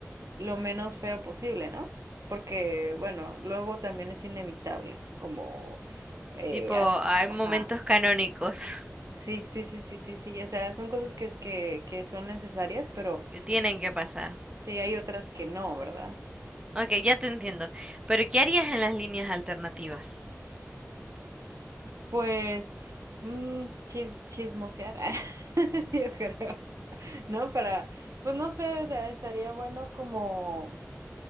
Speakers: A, on the right; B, on the right.
A: lo menos feo posible, ¿no? Porque, bueno, luego también es inevitable, como, eh,
B: Tipo,
A: as-
B: hay
A: ajá,
B: momentos canónicos <laughs>
A: sí, sí, sí, sí, sí, sí, o sea, son cosas que, que, que son necesarias, pero...
B: que tienen que pasar.
A: Sí, hay otras que no, ¿verdad?
B: Ok, ya te entiendo. Pero ¿qué harías en las líneas alternativas?
A: Pues, mm, chis- chismosear, <laughs> yo creo, ¿no? Para, pues no sé, o sea, estaría bueno como,